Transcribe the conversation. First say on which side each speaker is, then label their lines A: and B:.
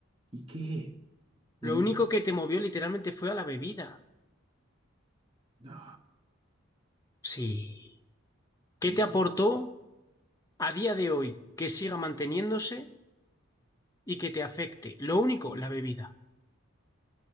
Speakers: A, on the right (about 25°); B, on the left (about 15°).
A: ¿Y qué?
B: Lo
A: Al menos-
B: único que te movió literalmente fue a la bebida.
A: no,
B: Sí. ¿Qué
A: no
B: te aportó? a día de hoy que siga manteniéndose y que te afecte. Lo único, la bebida.